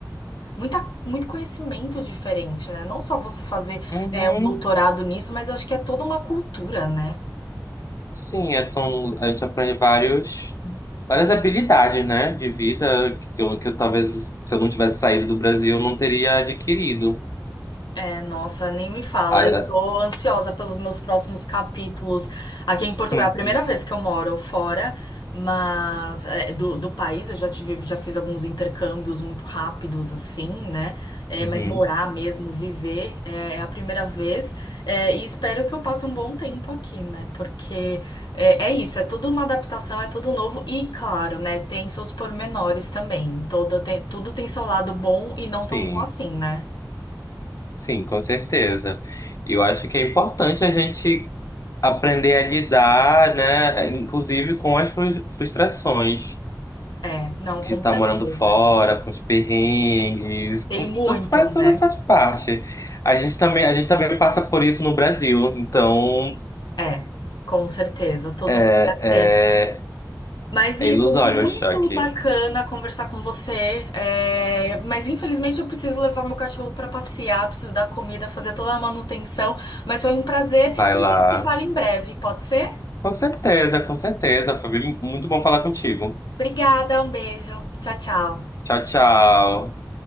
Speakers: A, on the left (about 75°); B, on the left (about 50°).
A: muita, muito conhecimento diferente, né? Não só você fazer,
B: Uhum.
A: é, um doutorado nisso, mas eu acho que é toda uma cultura, né?
B: Sim, então a gente aprende vários, várias habilidades, né, de vida que eu, que eu talvez se eu não tivesse saído do Brasil eu não teria adquirido.
A: É, nossa, nem me fala.
B: Ah,
A: Eu tô ansiosa pelos meus próximos capítulos aqui em Portugal.
B: Uhum.
A: É a primeira vez que eu moro fora, mas é, do, do país eu já tive, já fiz alguns intercâmbios muito rápidos, assim, né? É,
B: Uhum.
A: mas morar mesmo, viver, é, é a primeira vez. É, e espero que eu passe um bom tempo aqui, né? Porque é, é isso, é tudo uma adaptação, é tudo novo e, claro, né? Tem seus pormenores também. Todo, tem, tudo tem seu lado bom e não
B: Sim,
A: tão bom assim, né?
B: sim, com certeza. E eu acho que é importante a gente aprender a lidar, né, inclusive com as frus- frustrações.
A: É, não,
B: de
A: com
B: estar
A: certeza.
B: morando fora, com os perrengues, com
A: Tem muito,
B: tudo, faz
A: né?
B: tudo faz parte. A gente também, a gente também passa por isso no Brasil, então
A: É, com certeza, todo
B: é,
A: lugar tem.
B: é,
A: Mas,
B: é
A: Ivo,
B: ilusório
A: muito
B: achar que
A: bacana conversar com você. é, mas, infelizmente, eu preciso levar meu cachorro para passear, preciso dar comida, fazer toda a manutenção. Mas foi um prazer
B: vai
A: e
B: lá.
A: a gente se fala em breve, pode ser?
B: Com certeza, com certeza, Fabi, muito bom falar contigo.
A: Obrigada, um beijo. Tchau, tchau.
B: Tchau, tchau.